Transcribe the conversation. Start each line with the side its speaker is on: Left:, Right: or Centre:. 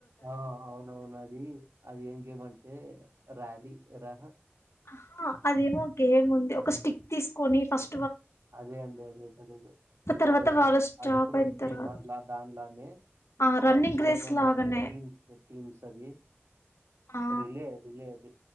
Right: ఆ అవునవును అది అది ఏం గేమ్ ఏ ర్యాలీ రహ
Left: ఆహా అదేమో గేమ్ ఉంది. ఒక స్టిక్ తీసుకొని ఫస్
Right: అదే అండి అదేద
Left: తర్వాత
Right: అది ఒక
Left: వాళ్ళు స్టాప్
Right: అది కూడా
Left: అయిన
Right: సేమ్
Left: తర్వాత
Right: అ దానిలానే
Left: ఆ రన్నింగ్
Right: వాళ్ళ ఫోర్
Left: రేస్
Right: మెంబర్స్
Left: లాగానే
Right: టీమ్స్ టీమ్స్ అది
Left: ఆ
Right: రిలే రిలే అది